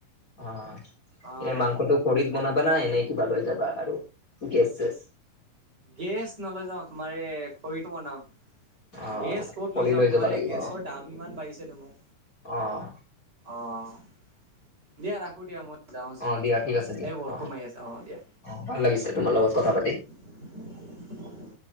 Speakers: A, on the left (about 25°); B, on the right (about 30°).
A: অ',
B: অ'।
A: এই মাংসটো খৰিত বনাবা না, এনেই কিবা লৈ যাবা আৰু গেছ চেছ?
B: গেছ নলৈ যাও, তোমাৰ এই খৰিত বনাম।
A: অ',
B: গেছ ক'ত
A: খৰি
B: লৈ যাম তোমাৰ,
A: যাব লাগিব
B: এই গেছৰ
A: অ',
B: দাম ইমান বাঢ়িছে তোমাৰ।
A: অ',
B: অ'। দিয়া ৰাখো দিয়া মই যাও জীমত
A: অ', দিয়া
B: যাও,
A: ঠিক আছে দিয়া
B: এ বৰষুন
A: অ',
B: মাৰি আছে অ' দিয়া।
A: অ', ভাল লাগিছে তোমাৰ লগত কথা পাতি।
B: <unintelligible>